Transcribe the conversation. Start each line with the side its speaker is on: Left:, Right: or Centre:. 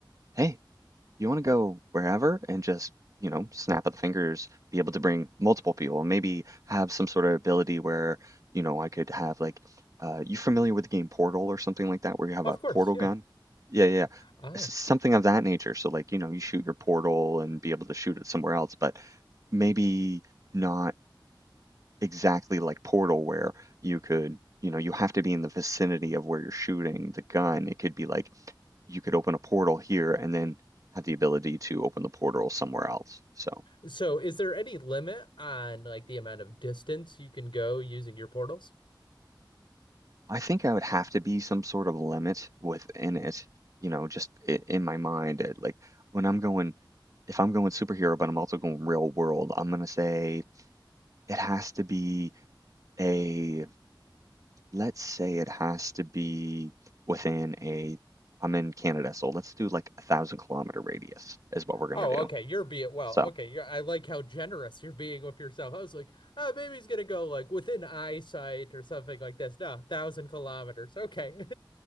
Right: hey, you want to go wherever and just you know snap of the fingers, be able to bring multiple people, and maybe have some sort of ability where you know I could have like, uh, you familiar with the game Portal or something like that, where you have
Left: of
Right: a
Left: course,
Right: portal
Left: yeah.
Right: gun? Yeah, yeah, yeah.
Left: Ah.
Right: S- something of that nature. So like you know you shoot your portal and be able to shoot it somewhere else, but maybe not exactly like Portal where you could, you know, you have to be in the vicinity of where you're shooting the gun. It could be like you could open a portal here and then have the ability to open the portal somewhere else. So
Left: So, is there any limit on like the amount of distance you can go using your portals?
Right: I think I would have to be some sort of limit within it, you know, just i in my mind. It, like when I'm going, if I'm going superhero, but I'm also going real world, I'm gonna say it has to be a let's say it has to be within a I'm in Canada, so let's do like a thousand kilometer radius is what we're gonna
Left: Oh,
Right: do.
Left: okay. You're being well.
Right: So
Left: Okay, you're, I like how generous you're being with yourself. I was like, oh, maybe he's gonna go like within eyesight or something like this. No, thousand kilometers. Okay,